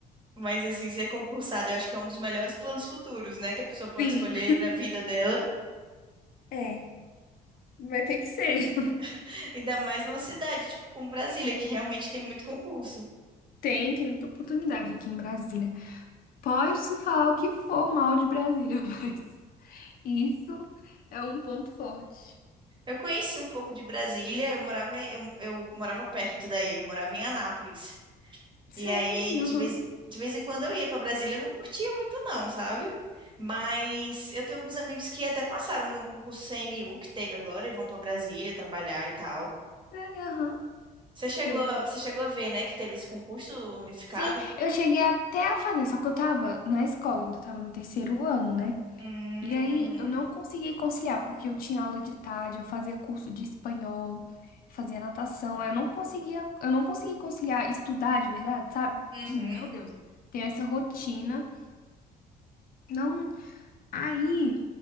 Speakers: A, on the right; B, on the left.
A: mas assim, ser concursada, eu acho que é um dos melhores planos futuros, né, que a pessoa pode
B: Sim.
A: escolher para a vida dela.
B: É, vai ter que ser.
A: <laughs> Ainda mais numa cidade tipo como Brasília, que realmente tem muito concurso.
B: Tem, tem muita oportunidade aqui em Brasília. Posso falar o que for mal de Brasília, <laughs> mas isso é um ponto forte.
A: Eu conheci um pouco de Brasília, eu morava em- eu, eu morava perto daí, eu morava em Anápolis.
B: Sei,
A: E aí, de
B: aham.
A: vez, de vez em quando eu ia pra Brasília, eu não curtia muito não, sabe? Mas eu tenho alguns amigos que até passaram num concurso CNU que teve agora e vão pra Brasília trabalhar e tal.
B: É, aham.
A: Você chegou,
B: Teve.
A: a- você chegou a ver, né, que teve esse concurso unificado?
B: Sim, eu cheguei até a fazer, só que eu tava na escola, ainda eu tava no terceiro ano, né?
A: Hum,
B: E aí eu não consegui conciliar, porque eu tinha aula de tarde, eu fazia curso de espanhol, fazia natação. aí Eu não conseguia, eu não consegui conciliar estudar de verdade, sabe?
A: uhum,
B: Sim, meu Deus. Tem essa rotina. Não, aí